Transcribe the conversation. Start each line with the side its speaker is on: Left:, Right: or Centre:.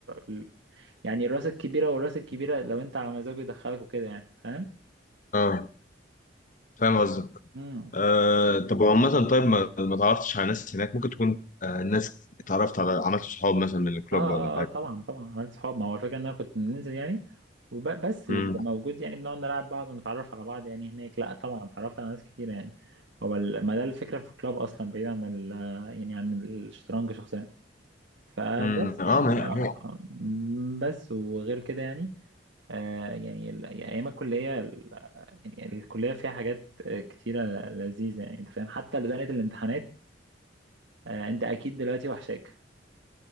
Right: ال... يعني الراس الكبيره والراس الكبيره لو انت على مزاجه يدخلك وكده يعني فاهم
Left: <laughs> اه فاهم قصدك
Right: امم
Left: آه طب عامة طيب ما ما تعرفتش على ناس هناك ممكن تكون آه ناس اتعرفت على عملت صحاب مثلا من الكلوب
Right: اه اه
Left: ولا حاجة
Right: آه، طبعا طبعا عملت صحاب ما هو الفكره ان انا كنت بننزل يعني وب- بس اللي
Left: امم
Right: بيبقى موجود يعني بنقعد نلعب بعض ونتعرف على بعض يعني هناك لا طبعا اتعرفت على ناس كتير يعني هو ال- ما ده الفكره في الكلاب اصلا بعيد عن ال... يعني عن الشطرنج شخصيا فبس
Left: امم اه
Right: يعني
Left: ما
Right: آه
Left: هي
Right: آه، بس وغير كده يعني آه يعني ال- يعني ايام الكليه ال- يعني الكليه فيها حاجات آه، كتيره لذيذه يعني انت فاهم حتى زنقه الامتحانات آه انت اكيد دلوقتي وحشاك